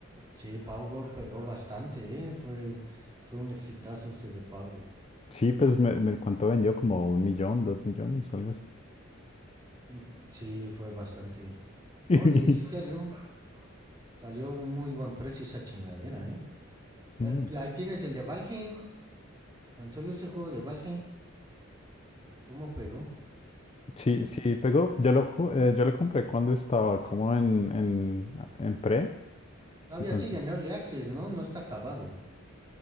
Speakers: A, on the right; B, on the left.
A: Sí, Power pegó bastante, ¿eh? Fue, fue un exitazo ese de Power.
B: Sí, pues me, me- ¿cuánto vendió? Como un millón, dos millones o algo así.
A: Mm, Sí, fue bastante.
B: <laughs>
A: No, y sí salió. Salió a un muy buen precio esa chingadera, ¿eh? Eh,
B: Mm,
A: pues ahí tienes el de Valheim. Tan solo ese juego de Valheim. ¿Cómo pegó?
B: Sí, sí, pegó. Yo lo, ju- eh, yo lo compré cuando estaba como en, en, en pre,
A: Todavía
B: entonces
A: sigue en Early Access, ¿no? No está acabado.